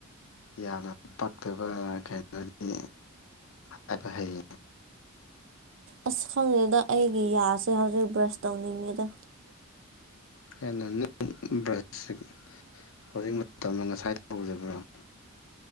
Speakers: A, on the left; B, on the right.
A: ꯌꯥꯝꯅ ꯄꯛꯇꯕ ꯀꯩꯅꯣꯗꯤ ꯍꯥꯏꯕ ꯍꯩ
B: ꯑꯁ ꯈꯪꯉꯦꯗ ꯑꯩꯒꯤ ꯌꯥꯁꯦ ꯍꯧꯖꯤꯛ ꯕ꯭ꯔꯁ ꯇꯧꯅꯤꯡꯉꯤꯗ
A: ꯍꯦꯟꯅ ꯕ꯭ꯔꯁ ꯍꯧꯖꯤꯛ ꯃꯇꯝꯗ ꯉꯁꯥꯏ ꯇꯧꯗꯕ꯭ꯔꯣ